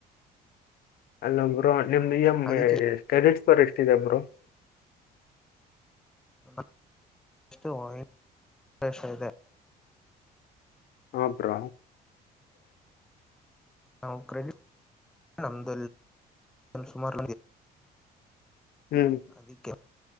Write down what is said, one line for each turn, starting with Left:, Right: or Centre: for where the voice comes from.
Left: ಅಲ್ಲ ಬೋ ನಿಮ್ದು ಎಮ್
Centre: ಅದಕ್ಕೆ
Left: ಕ್ರೆಡಿಟ್ ರಿ ಎಷ್ಟಿದೆ ಬರೋ
Centre: <unintelligible>
Left: ಹಪರಾ
Centre: ನಾವು ಕ್ರೆಡಿಟ್ ನಮ್ದ ಸುಮಾರ
Left: ಹ್ಮ್
Centre: ಅದಿಕ್ಕೆ